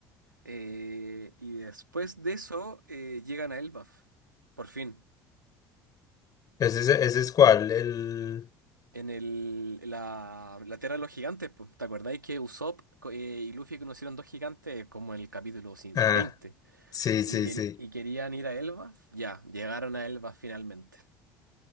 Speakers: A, on the right; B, on the left.
A: Eh, y después de eso eh, llegan a Elbaf, por fin,
B: Ese es, ese es cuál, el...
A: en el, en la, la Tierra de los Gigantes. po. ¿Te acordáis que Usopp co- eh, y Luffy conocieron dos gigantes como en el capítulo sí,
B: Ah,
A: 20
B: sí, sí,
A: y, quer-
B: sí.
A: y querían ir a Elbaf? Ya, llegaron a Elbaf finalmente.